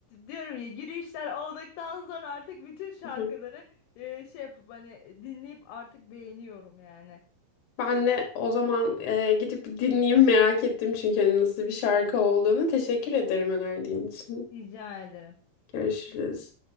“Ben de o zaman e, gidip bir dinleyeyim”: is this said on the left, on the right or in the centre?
Left